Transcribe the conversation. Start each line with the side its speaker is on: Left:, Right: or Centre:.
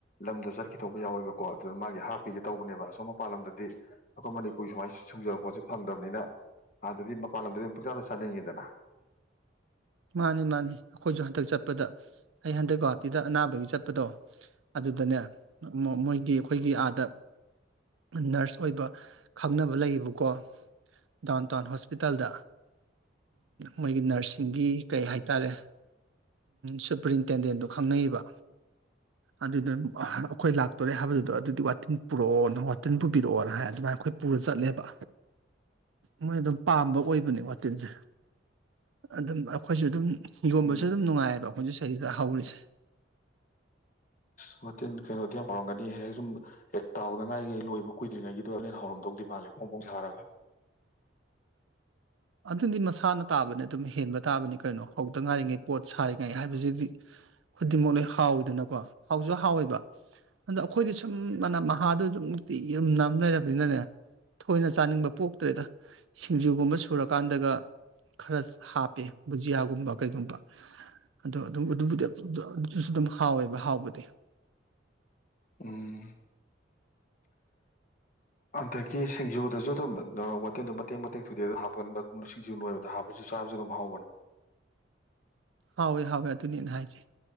Left: ꯂꯝꯗ ꯆꯔ ꯈꯤꯗꯧꯕ ꯌꯥꯎꯋꯦꯕꯀꯣ ꯑꯗꯨꯅ ꯃꯥꯒꯤ ꯍꯥꯞꯀꯤ ꯇꯧꯕꯅꯦꯕ ꯑꯁꯣꯝ ꯃꯄꯥꯟ ꯂꯝꯗꯗꯤ ꯑꯩꯈꯣꯏ ꯃꯅꯤꯄꯨꯔ ꯁꯨꯃꯥꯏꯅ ꯁꯨꯡꯖꯕ ꯄꯣꯠꯁꯦ ꯐꯪꯗꯕꯅꯤꯅ ꯑꯗꯗꯤ ꯃꯄꯥꯟ ꯂꯝꯗꯗꯤ ꯄꯨꯛꯆꯥꯗ ꯆꯥꯅꯤꯡꯉꯤꯗꯅ
Right: ꯃꯥꯅꯤ ꯃꯥꯅꯤ ꯑꯩꯈꯣꯏꯁꯨ ꯍꯟꯗꯛ ꯆꯠꯄꯗ ꯑꯩ ꯍꯟꯗꯛ ꯒꯧꯍꯥꯇꯤꯗ ꯑꯅꯥꯕꯒꯤ ꯆꯠꯄꯗꯣ ꯑꯗꯨꯗꯅꯦ ꯃꯣꯏꯒꯤ ꯑꯩꯈꯣꯏꯒꯤ ꯑꯥꯗ ꯅꯔꯁ ꯑꯣꯏꯕ ꯈꯪꯅꯕ ꯂꯩꯌꯦꯕꯀꯣ ꯗꯥꯎꯟ ꯇꯥꯎꯟ ꯍꯣꯁꯄꯤꯇꯥꯜꯗ ꯃꯣꯏꯒꯤ ꯅꯔꯁꯁꯤꯡꯒꯤ ꯀꯩ ꯍꯥꯏꯇꯥꯔꯦ ꯁꯨꯄ꯭ꯔꯤꯟꯇꯦꯟꯗꯦꯟꯗꯣ ꯈꯪꯅꯩꯕ ꯑꯗꯨꯗ ꯑꯩꯈꯣꯏ ꯂꯥꯛꯇꯣꯔꯦ ꯍꯥꯏꯕꯗꯨꯗꯣ ꯑꯗꯨꯗꯤ ꯋꯥꯇꯤꯟ ꯄꯨꯔꯛꯑꯣꯅ ꯋꯥꯇꯤꯟ ꯄꯨꯕꯤꯔꯛꯑꯣꯅ ꯍꯥꯏ ꯑꯗꯨꯃꯥꯏꯅ ꯑꯩꯈꯣꯏ ꯄꯨꯔ ꯆꯠꯂꯦꯕ ꯃꯣꯏ ꯑꯗꯨꯝ ꯄꯥꯝꯕ ꯑꯣꯏꯕꯅꯦ ꯋꯥꯇꯤꯟꯁꯦ ꯑꯗꯨꯝ ꯑꯩꯈꯣꯏꯁꯨ ꯑꯗꯨꯝ ꯌꯣꯟꯕꯁꯨ
Left: ꯎꯝ
Right: ꯑꯗꯨꯝ ꯅꯨꯡꯉꯥꯏꯑꯕ ꯑꯩꯈꯣꯏꯁꯨ ꯆꯍꯤꯗ ꯍꯥꯎꯔꯤꯁ
Left: ꯑ ꯋꯥꯇꯦꯜ ꯀꯩꯅꯣꯗꯤ ꯌꯥꯝ ꯍꯧꯥꯎꯔꯝꯒꯅꯤ ꯍꯦꯛ ꯁꯨꯝ ꯍꯦꯛ ꯇꯥꯎꯗ ꯉꯥꯏꯔꯤꯉꯩ ꯂꯣꯏꯕ ꯀꯨꯏꯗ꯭ꯔꯤꯉꯩꯒꯤꯗꯣ ꯑꯅꯤ ꯍꯧꯥꯎꯔꯝꯗꯧꯗꯤ ꯃꯥꯜꯂꯦ ꯐꯣꯡ ꯐꯣꯡ ꯁꯥꯔꯒ
Right: ꯑꯗꯨꯗꯤ ꯃꯁꯥꯅ ꯇꯥꯕꯅꯦ ꯑꯗꯨꯝ ꯍꯦꯟꯕ ꯇꯥꯕꯅꯤ ꯀꯩꯅꯣ ꯍꯧꯗ ꯉꯥꯏꯔꯤꯉꯩ ꯄꯣꯠ ꯁꯥꯔꯤꯉꯩ ꯍꯥꯏꯕꯁꯤꯗꯤ ꯈꯨꯗꯤꯡꯃꯛ ꯂꯣꯏ ꯍꯥꯎꯋꯤꯗꯅꯀꯣ ꯍꯥꯎꯁꯨ ꯍꯥꯎꯋꯦꯕ ꯑꯗꯣ ꯑꯩꯈꯣꯏꯗꯤ ꯁꯨꯝ ꯃꯅꯝ ꯃꯍꯥꯗꯨꯣ ꯑꯗꯨꯝ ꯅꯨꯡꯇꯤ ꯏꯨꯝꯅ ꯂꯩꯔꯕꯅꯤꯅꯅꯦ ꯊꯣꯏꯅ ꯆꯥꯅꯤꯡꯕ ꯄꯣꯛꯇ꯭ꯔꯦꯗ ꯁꯤꯡꯖꯨꯒꯨꯝꯕ ꯁ ꯊꯨꯔꯀꯥꯟꯗꯒ ꯈꯔ ꯍꯥꯞꯄꯦ ꯕꯨꯖꯤꯌꯥꯒꯨꯝꯕ ꯀꯩꯒꯨꯝꯕ ꯑꯗꯣ ꯑꯗꯨꯝ ꯑꯗꯨꯕꯨꯗꯤ ꯑꯗꯨꯁꯨ ꯑꯗꯨꯝ ꯍꯥꯎꯋꯦꯕ ꯍꯥꯎꯕꯗꯤ
Left: ꯎꯝ ꯑꯗꯒꯤ ꯁꯤꯡꯖꯨꯗꯁꯨ ꯑꯗꯨꯝ ꯋꯥꯇꯤꯟꯗꯣ ꯃꯇꯦꯛ ꯃꯇꯦꯛ ꯊꯨꯗꯦ ꯑꯗꯨ ꯍꯥꯞꯀ ꯁꯤꯡꯖꯨ ꯅꯣꯏꯕꯗ ꯍꯥꯞꯄꯁꯨ ꯆꯥꯕꯁꯨ ꯑꯗꯨꯝ ꯍꯧꯒꯅꯤ
Right: ꯍꯥꯎꯋꯦ ꯍꯥꯎꯋꯦ ꯑꯗꯨꯅꯦꯅ ꯍꯥꯏꯁ